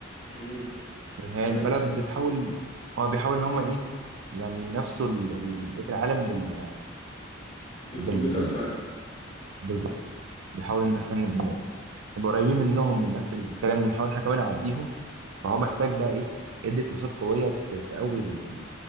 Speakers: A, on the left; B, on the right.
A: امم
B: لأن هي
A: فهمتك
B: البلد بتحاول هو بيحاول ان هم ايه يعني نفسوا ال- ال- بقيه العالم بال
A: بالكمبيوتر
B: بال بال
A: ساينس
B: بالظبط بيحاول ان احنا ن- نبقى قريبين منهم من نفس الكلام ونحاول احنا كمان نعديهم فهو محتاج بقى ايه يدي كورسات قويه ت- تقوي ال-